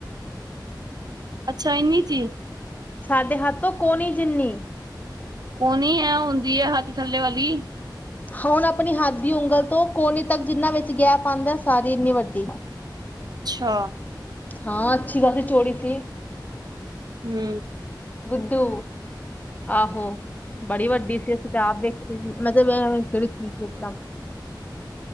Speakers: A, on the right; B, on the left.
A: ਅੱਛਾ ਇੰਨੀ ਜੀ
B: ਸਾਡੇ ਹੱਥ ਤੋ ਕੋਨੀ ਜਿੰਨੀ
A: ਕੋਨੀ ਹੈ ਹੁੰਦੀ ਐ ਹੱਥ ਥੱਲੇ ਵਾਲੀ
B: ਹੁਣ ਆਪਣੀ ਹੱਥ ਦੀ ਉਂਗਲ ਤੋਂ ਕੋਨੀ ਤੱਕ ਜਿੰਨਾਂ ਵਿੱਚ ਗੈਪ ਆਂਦਾ ਸਾਰੀ ਇੰਨੀ ਵੱਡੀ
A: ਅੱਛਾ
B: ਹਾਂ ਅੱਛੀ ਖਾਸੀ ਚੋੜੀ ਥੀ
A: ਹੂੰ
B: ਗੁਡੂ ਆਹੋ ਬੜੀ ਵੱਡੀ ਸੀ ਅਸੀਂ ਤੇ ਆਪ ਵੇਖੀ ਮਤਲਬ ਕਿਹੜੀ ਚੀਜ਼ ਦਾ <unintelligible>